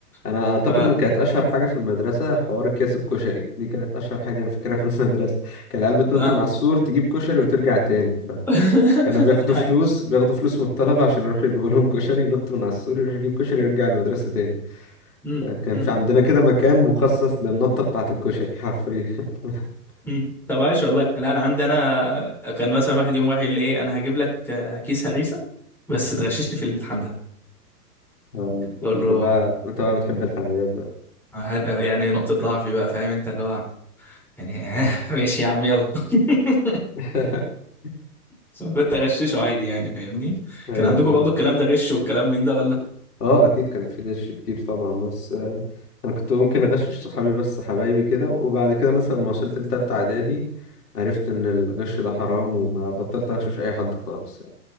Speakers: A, on the left (about 70°); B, in the centre.
A: انا
B: <laughs>
A: اعتقد
B: ف
A: ان كانت اشهر حاجه في المدرسه حوار اكياس الكشري دي كانت اشهر حاجه انا فاكرها في المدرسه كان العيال بتنط
B: ده انا
A: من على السور تجيب كشري وترجع تاني
B: <laughs>
A: كانوا بياخدوا
B: عايش
A: فلوس بياخدوا فلوس من الطلبة عشان يروحوا يجيبوا لهم كشري ينط من على السور يروح يجيب كشري ويرجع المدرسة تاني
B: م-
A: كان
B: م-
A: في عندنا كده مكان مخصص للنطة بتاعة الكشري حرفيا <laughs>
B: م. طب عايش والله لا انا عندي انا كان مثلا واحد يوم واحد يقول لي ايه انا هجيب لك آه، كيس هريسه بس تغششني في الامتحان ده
A: آه،
B: اقول
A: انت
B: له
A: بقى انت بقى بتحب الحلويات بقى
B: هيبقى يعني نقطه ضعفي بقى فاهم انت اللي هو يعني <laughs> ماشي يا عم يلا <laughs>
A: <laughs>
B: بس أنا كنت اغششه عادي يعني فاهمني
A: ايوه
B: كان عندكم
A: فاهم
B: برضو الكلام ده غش والكلام من ده ولا
A: اه اكيد كان في غش كتير طبعا بس آه، انا كنت ممكن اغشش صحابي بس حبايبي كده وبعد كده مثلا ما وصلت لتالتة اعدادي عرفت ان الغش ده حرام وما بطلت اغشش اي حد خالص